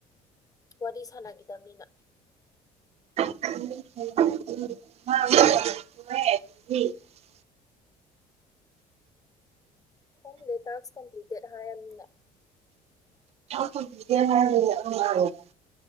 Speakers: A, on the left (about 20°); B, on the right (about 40°).
A: ꯋꯥꯔꯤ ꯁꯥꯟꯅꯒꯤꯗꯕꯅꯤꯅ
B: <inaudible>
A: ꯈꯪꯗꯦ ꯇꯥꯛꯁ ꯀꯝꯄ꯭ꯂꯤꯇꯦꯠ ꯍꯥꯏꯔꯃꯤꯅ
B: ꯇꯥꯛꯁ ꯀꯝꯄ꯭ꯂꯤꯇꯦꯠ ꯍꯥꯏꯔꯃꯤꯅ <unintelligible>